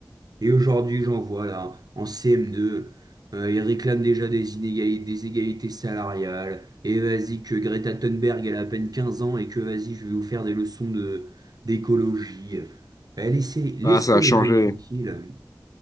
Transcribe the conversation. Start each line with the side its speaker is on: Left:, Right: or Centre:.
Right: Et aujourd'hui, j'en vois là, en CM2, euh, ils réclament déjà des inégalités, des égalités salariales. Et vas-y, que Greta Thunberg, elle a à peine 15 ans et que vas-y, je vais vous faire des leçons de, d'écologie. Eh, laissez, laissez
Left: Ah, ça a
Right: les
Left: changé.
Right: jeunes tranquilles.